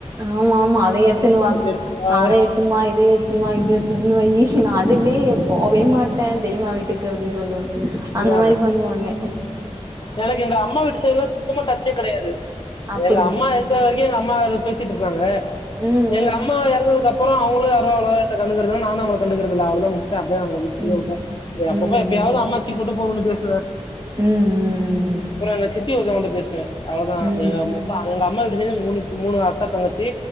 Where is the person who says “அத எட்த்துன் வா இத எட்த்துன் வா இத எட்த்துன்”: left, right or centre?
Right